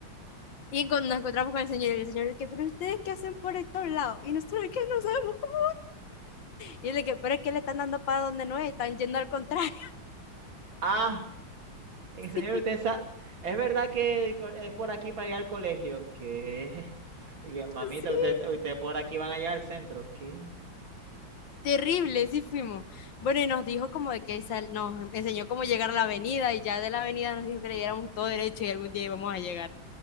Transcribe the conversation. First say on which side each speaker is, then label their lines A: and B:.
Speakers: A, on the left; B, on the right.
A: Y cuando nos encontramos con el señor, y el señor de que, ¿pero ustedes qué hacen por estos lados? Y nosotros de que no sabemos cómo. Y él de que, pero es que le están dando para donde no es, están yendo al contrario.
B: ah Eh,
A: <laughs>
B: Señor, usted sa- es verdad que el co- es por aquí para llegar al colegio. ¿Qué? <laughs> Dije, Mamita,
A: Sí.
B: usted, usted por aquí van a llegar al centro. ¿Qué?
A: Terrible, sí fuimos. Bueno, y nos dijo como de que sal- nos enseñó cómo llegar a la avenida y ya de la avenida nos dijo que le diéramos todo derecho y algún día íbamos a llegar.